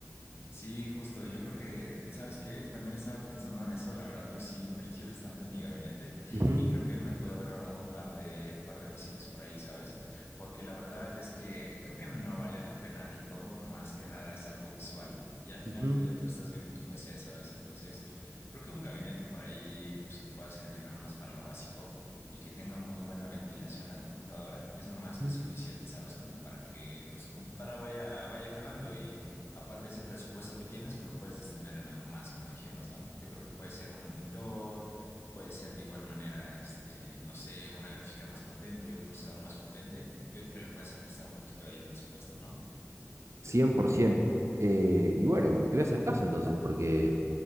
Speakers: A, on the left; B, on the right.
A: Sí, justo. Yo creo que, ¿sabes qué? También estaba pensando en eso. La verdad, yo sí le invertí <laughs> bastante en mi gabinete
B: Ujú,
A: y creo que me pude haber ahorrado un par de, un par de pesitos por ahí, ¿sabes? Porque la verdad es que creo que no vale la pena del todo. Más que nada es algo visual y al final
B: ujú,
A: del día tú estás viendo tu PC, ¿sabes? Entonces, creo que un gabinete por ahí, pues que pueda servir nada más para lo básico y que tenga muy buena ventilación la computadora es más
B: ujú.
A: que suficiente, ¿sabes? Como para que pues tu computadora vaya, vaya jalando aparte de ese presupuesto que tienes, pues lo puedes destinar en algo más, como dijimos, ¿no? Yo creo que puede ser un monitor, puede ser de igual manera, este, no sé, una gráfica más potente, un procesador más potente. Yo creo que le puedes ajustar un poquito ahí el presupuesto, ¿no?
B: 100%. Eh, y bueno, te voy a hacer caso entonces, porque,